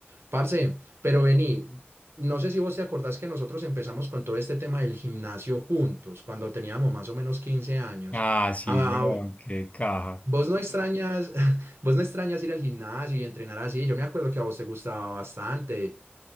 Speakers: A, on the right; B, on the left.
A: Parce, pero vení, no sé si vos te acordás que nosotros empezamos con todo este tema del gimnasio juntos, cuando teníamos más o menos 15 años.
B: Ah, sí,
A: Ah,
B: weón, qué caja.
A: vos no extrañas, <laughs> vos no extrañas ir al gimnasio y entrenar así. Yo me acuerdo que a vos te gustaba bastante.